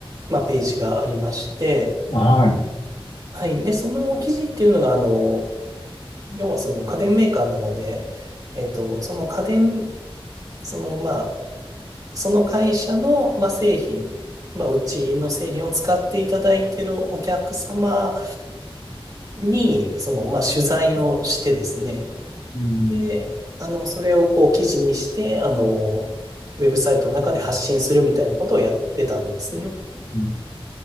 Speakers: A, on the right; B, on the left.
A: まあ、ページがありまして、
B: はい。
A: はい。で、その記事っていうのが、あの、要はその家電メーカーなので、えっと、その家電、その、まあ、その会社の、まあ、製品、まあ、うちの製品を使っていただいているお客様に、その、まあ、取材をしてですね、
B: うん。
A: で、あの、それをこう記事にして、あの、ウェブサイトの中で発信するみたいなことをやってたんですね。
B: うん